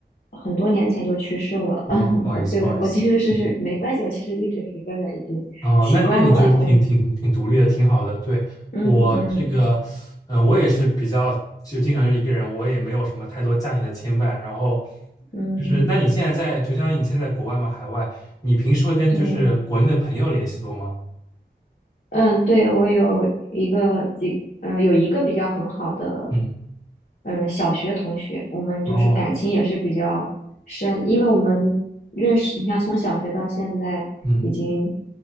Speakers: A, on the left; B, on the left.
A: 很多年前就去世了，
B: 哦，
A: <laughs> 嗯，
B: 不好意思，
A: 我就我其实是是没关系，
B: 不好意思。嗯
A: 我其实一直一个人已经习惯了，
B: 哦，那那你就挺挺挺独立的，挺好的。对，
A: 嗯嗯嗯
B: 我这个，呃，我也是比较就经常就一个人，我也没有什么太多家庭的牵绊。然后
A: 嗯，
B: 就是，那你现在在，就像你现在在国外嘛，海外，你平时会跟就是国内的朋友联系多吗？
A: 对，嗯，对，我有一个几，呃，有一个比较很好的，
B: 嗯，
A: 嗯，小学同学，我们就是感情也是比较深，
B: 哦，
A: 因为我们认识，你看从小学到现在已经
B: 嗯。